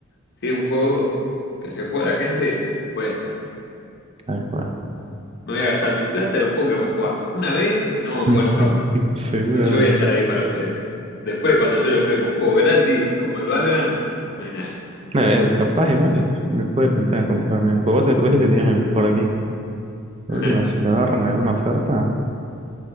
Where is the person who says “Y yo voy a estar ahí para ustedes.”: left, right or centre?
Left